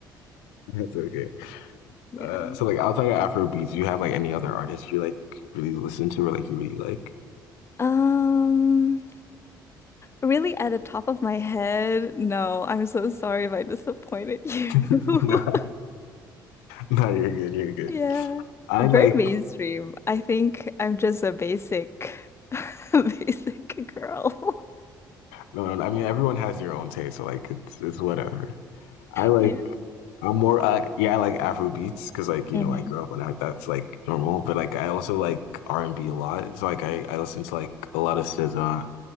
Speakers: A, on the left; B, on the left.
A: that's okay.
B: Yeah.
A: Uh, so like outside of Afrobeats, do you have like any other artists you like really listen to or like you really like?
B: Um, really at the top of my head, no, I'm so sorry if I disappointed you.
A: <laughs> No,
B: <laughs>
A: no, you're good, you're good.
B: Yeah.
A: I
B: Very
A: like
B: mainstream. I think I'm just a basic, <laughs> basic girl. <laughs>
A: no, no, no, I mean everyone has their own taste, so like it's it's whatever. I like
B: Yeah.
A: I'm more like yeah, I like Afro beats because like you
B: Mhm.
A: know I grew up on that. That's like normal, but like I also like R and B a lot. So like I I listen to like a lot of SZA